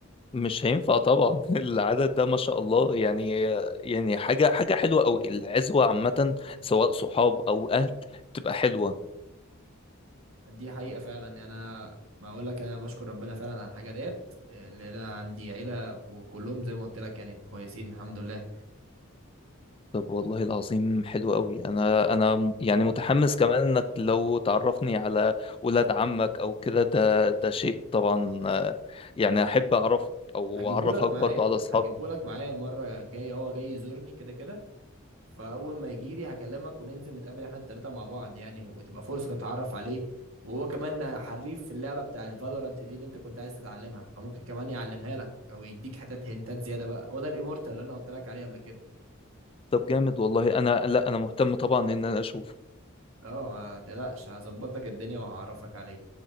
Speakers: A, on the left; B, on the right.
A: مش هينفع طبعا <laughs> العدد ده ما شاء الله يعني يعني حاجة حاجة حلوة أوي العزوة عامة سواء صحاب أو أهل بتبقى حلوة
B: دي حقيقة فعلا يعني أنا ما أقول لك أنا بشكر ربنا فعلا على الحاجة ديت اللي أنا عندي عيلة وكلهم زي ما قلت لك يعني كويسين الحمد لله
A: طب والله العظيم حلو أوي أنا أنا م- يعني متحمس كمان إنك لو تعرفني على ولاد عمك أو كده ده ده شيء طبعا آه، يعني أحب أعرفك أو
B: هجيبهولك
A: أعرفك
B: معايا
A: برضه على أصحابك
B: هجيبهولك معايا المرة الجاية هو جاي يزورني كده كده فأول ما يجيلي هكلمك وننزل نتقابل إحنا التلاتة مع بعض يعني وتبقى فرصة تتعرف عليه وهو كمان حريف في اللعبة بتاعة فالورانت دي اللي أنت كنت عايز تتعلمها فممكن كمان يعلمها لك أو يديك حتت هنتات زيادة بقى هو ده الإيمورتال اللي أنا قلت لك عليه قبل كده
A: طب جامد والله أنا لا أنا مهتم طبعا إن أنا أشوف
B: اه ما تقلقش هظبط لك الدنيا وهعرفك عليه